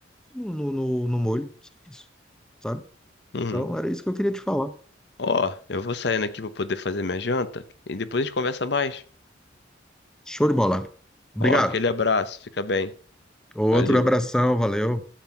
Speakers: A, in the centre; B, on the left.
A: no, no, no no molho, só isso, sabe?
B: Uhum.
A: Então era isso que eu queria te falar.
B: Ó, eu vou saindo aqui pra poder fazer minha janta e depois a gente conversa mais.
A: Show de bola. Obrigado.
B: Ó, aquele abraço, fica bem.
A: Outro
B: Valeu.
A: abração, valeu.